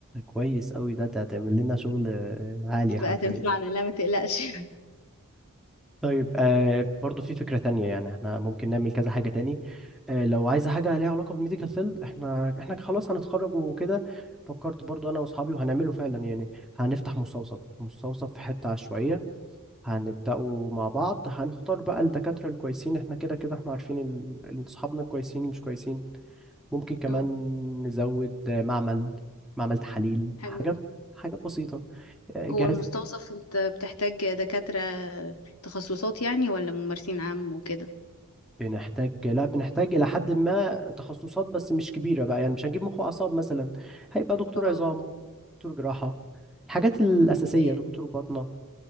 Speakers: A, in the centre; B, on the left.
A: كويس قوي ده ده هتعمل لنا شغل آه، عالي حرفيا
B: فهتنفعنا لا ما تقلقش <laughs>
A: طيب آه برضو في فكرة تانية يعني احنا ممكن نعمل كذا حاجة تاني آه لو عايزة حاجة ليها علاقة بالميديكال فيلد احنا احنا خلاص هنتخرج وكده فكرت برضو انا واصحابي وهنعمله فعلا يعني هنفتح مستوصف مستوصف في حتة عشوائية هنبدأه مع بعض هنختار بقى الدكاترة الكويسين احنا كده كده احنا عارفين ال- ال- اصحابنا الكويسين مش كويسين ممكن كمان
B: اه
A: نزود آه، معمل معمل تحاليل
B: حلو
A: حاجات
B: ده
A: حاجات بسيطة آه،
B: هو
A: جهاز
B: المستوصف انت بتحتاج دكاترة تخصصات يعني ولا ممارسين عام وكده
A: بنحتاج لا بنحتاج إلى حد ما تخصصات بس مش كبيرة بقى يعني مش هنجيب مخ وأعصاب مثلا هيبقى دكتور
B: اه
A: عظام دكتور جراحة الحاجات الأساسية
B: هي-
A: دكتور باطنة